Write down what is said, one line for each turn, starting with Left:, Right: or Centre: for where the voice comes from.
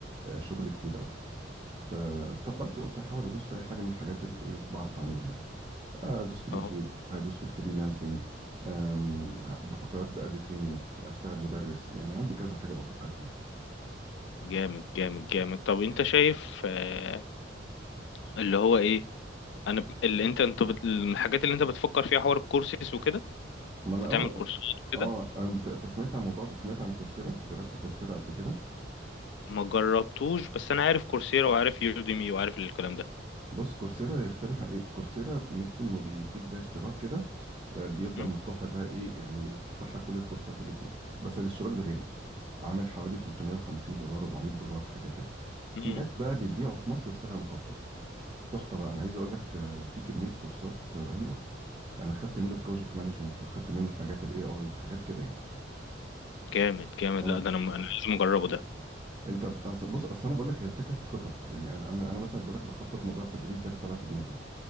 Right: آه، شغل كتير قوي فاستقلت وقلت احاول ادوس في اي حاجه من الحاجات اللي ايه بعرف اعملها يعني ادوس في اليوتيوب
Left: اهو
Right: ادوس في الفريلانسنج أم، بفكر ابدا ادي تريننج اشتغل مدرس يعني عندي كذا حاجه بفكر فيها
Left: جامد جامد جامد طب انت شايف آه اللي هو ايه انا ب... اللي انت انت بت... الحاجات اللي انت بتفكر فيها حوار الكورسات وكده
Right: ما
Left: انت
Right: انا اه
Left: تعمل كورسات كده
Right: اه انا بت- أنت سمعت عن موضوع سمعت عن كورسيرا جربت كورسيرا قبل كده
Left: ما جربتوش بس انا عارف كورسيرا وعارف يوديمي وعارف الكلام ده
Right: بص كورسيرا يختلف عن ايه كورسيرا ميزته انه بيديك زي اشتراك كده آه، بيفضل
Left: مم.
Right: مفتوح لك بقى ايه يعني تفتح لك كل الكورسات اللي فيه بس الاشتراك ده غالي عامل حوالي 350 دولار 400 دولار حاجه كده في
Left: مم.
Right: ناس بقى بتبيعه في مصر بسعر مخفض تحفه بقى انا عايز اقول لك آه، في كميه كورسات رهيبه انا خدت منه بروجكت مانجمنت وخدت منه حاجات الاي اي حاجات كده يعني
Left: جامد جامد
Right: اه
Left: لا ده انا م- انا لازم اجربه ده
Right: انت أص- بص اصل انا بقول لك هي الفكره في الخطط يعني انا انا أنا مثلا بقول لك بخطط موضوع التدريس ده اللي طالع في دماغي